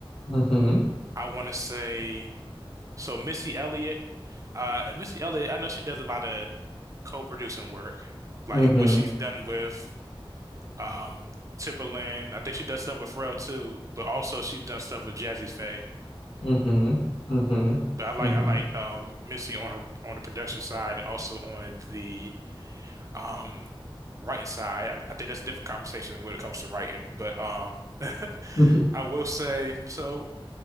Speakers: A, on the left; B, on the right.
A: Mm-hmm.
B: I want to say so Missy Elliott. Uh, Missy Elliott, I know she does a lot of co-producing work, like
A: Mm-hmm.
B: what she's done with um, Timberland. I think she does stuff with Pharrell too, but also she's done stuff with Jazzy Faye.
A: Mm-hmm. Mm-hmm.
B: But I like I like um, Missy on her on the production side and also on the um writing side. I, I think that's a different conversation when it comes to writing. But um <laughs>
A: Mm-hmm.
B: I will say so